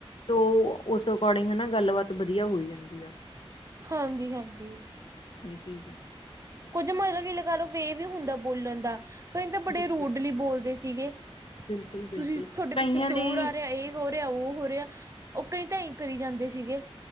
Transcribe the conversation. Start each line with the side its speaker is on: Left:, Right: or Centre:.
Left: ਤੋ ਉਸ ਅਕੋਰਡਿੰਗ ਹਨਾ ਗੱਲਬਾਤ ਵਧੀਆ ਹੋਈ ਜਾਂਦੀ ਆ।
Right: ਹਾਂਜੀ-ਹਾਂਜੀ।
Left: ਏ ਚੀਜ਼ ਆ।
Right: ਕੁੱਝ ਮਤਲਬ ਕਿ ਏ ਲਗਾਲੋ ਵੇ ਵੀ ਹੁੰਦਾ ਬੋਲਨ ਦਾ ਕਈ ਤਾਂ ਬੜੇ
Left: ਬਿਲਕੁਲ
Right: ਰੂਡਲੀ ਬੋਲਦੇ ਸੀਗੇ,
Left: ਬਿਲਕੁਲ ਬਿਲਕੁਲ
Right: ਤੁਸੀਂ ਤੁਹਾਡੇ
Left: ਕਈਆਂ
Right: ਪਿੱਛੇ
Left: ਦੀ
Right: ਸ਼ੋਰ ਆ ਰੇਆ ਏ ਹੋ ਹੋ ਰੇਆ ਉ ਹੋ ਰੇਆ ਉ ਕਈ ਤਾਂ ਈ ਕਰੀ ਜਾਂਦੇ ਸੀਗੇ।